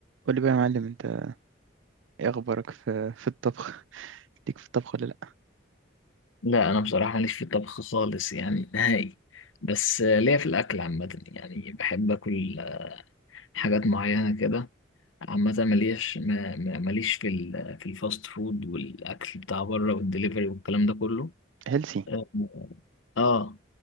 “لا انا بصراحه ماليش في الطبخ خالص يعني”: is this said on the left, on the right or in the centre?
Left